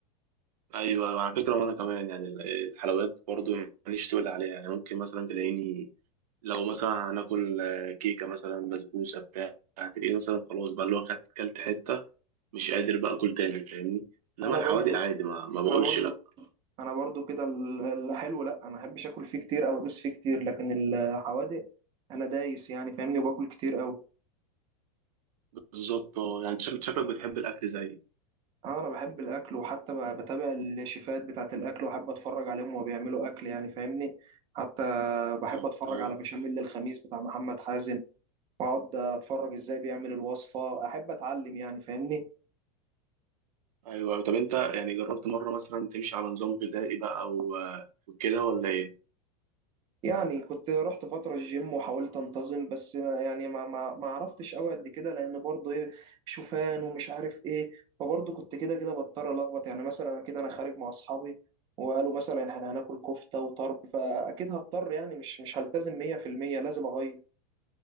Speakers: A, on the right; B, on the right.
A: ايوه ايوه على فكرة وانا كمان يعني ال- الحلويات برضو ماليش تقول عليها يعني ممكن مثلا تلاقيني لو مثلا هناكل آه، كيكة مثلا بسبوسة بتاع هتلاقيه مثلا خلاص بقى اللي هو خدت كلت حتة مش قادر بقى أكل تاني فاهمني إنما
B: أنا
A: الحوادق
B: برضو
A: عادي ما, ما بقولش
B: أنا برضو
A: لأ
B: انا برضو كده ال- الحلو لا ما احبش اكل فيه كتير او ادوس فيه كتير لكن الحوادق انا دايس يعني فاهمني وباكل كتير قوي
A: بالظبط اه يعني شك- شكلك بتحب الأكل زيي
B: اه انا بحب الاكل وحتى ب- بتابع الشيفات بتاعه الاكل واحب اتفرج عليهم وهو بيعملوا اكل يعني فاهمني حتى بحب
A: اه
B: اتفرج
A: آه،
B: على بشاميل الخميس بتاع محمد حازم واقعد اتفرج ازاي بيعمل الوصفه احب اتعلم يعني فاهمني
A: أيوه طب أنت يعني جربت مرة مثلا تمشي على نظام غذائي بقى و- وكده ولا إيه؟
B: يعني كنت رحت فترة الجيم وحاولت انتظم بس ما- يعني ما ما ما عرفتش قوي قد كده لان برضه ايه شوفان ومش عارف ايه فبرضه كنت كده كده بضطر الخبط يعني مثلا كده انا خارج مع اصحابي وقالوا مثلا احنا هناكل كفتة وطرب فاكيد هضطر يعني مش مش هلتزم 100% لازم اغير